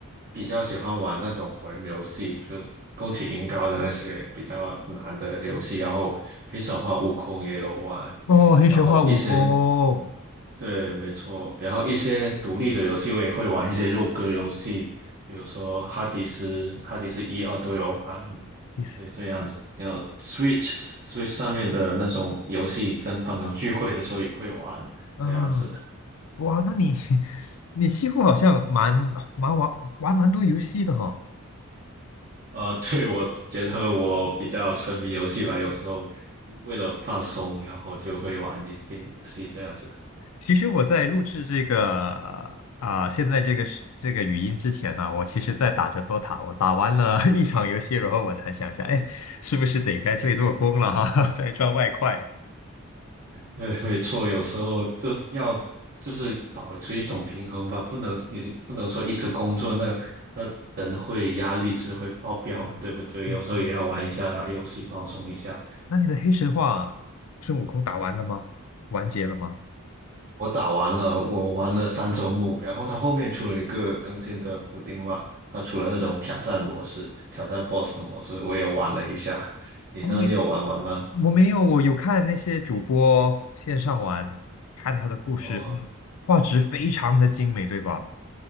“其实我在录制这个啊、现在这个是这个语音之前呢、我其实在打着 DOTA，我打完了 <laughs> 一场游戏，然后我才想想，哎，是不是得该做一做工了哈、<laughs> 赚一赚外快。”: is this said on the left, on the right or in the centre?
Left